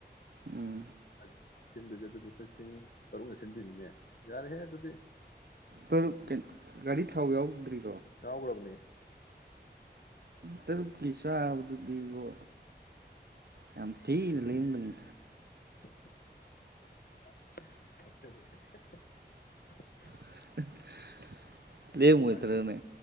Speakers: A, on the right (about 65°); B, on the left (about 60°).
A: ꯎꯝ
B: ꯍꯥꯏꯗꯤ ꯁꯤꯟꯗꯣꯏꯁꯦ ꯑꯗꯨꯗꯤ ꯂꯨꯄꯥ ꯂꯤꯁꯤꯡ ꯇꯔꯨꯛꯅ ꯁꯤꯟꯗꯣꯏꯅꯤꯅꯦ ꯌꯥꯔꯍꯦ ꯑꯗꯨꯗꯤ
A: ꯇꯔꯨꯛ ꯒꯥꯔꯤ ꯊꯥꯎ ꯌꯥꯎꯗ꯭ꯔꯤ
B: ꯌꯥꯎꯒ꯭ꯔꯕꯅꯦ
A: ꯇꯔꯨꯛ ꯀꯤ ꯆꯥꯕꯥ ꯗꯨ ꯗꯤ ꯏꯕꯣ ꯌꯥꯝ ꯊꯤꯅ ꯂꯦꯝꯒꯅꯤ
B: ꯑ
A: <inaudible> ꯂꯦꯝꯃꯣꯏꯗ꯭ꯔꯅꯦ
B: ꯑꯗꯨ